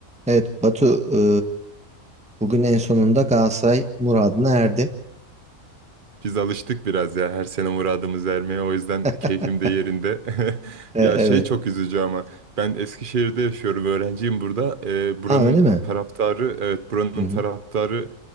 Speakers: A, in the centre; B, on the right (about 40°).
A: Evet Batu e, bugün en sonunda Galatasaray muradına erdi.
B: Biz alıştık biraz ya her sene muradımız ermeye o yüzden
A: <laughs>
B: keyfim de yerinde. <laughs>
A: E,
B: Ya
A: evet.
B: şey çok üzücü ama ben Eskişehir'de yaşıyorum öğrenciyim burada. Ee, buranın
A: Ha öyle mi?
B: taraftarı evet buranın
A: Hı hı.
B: taraftarı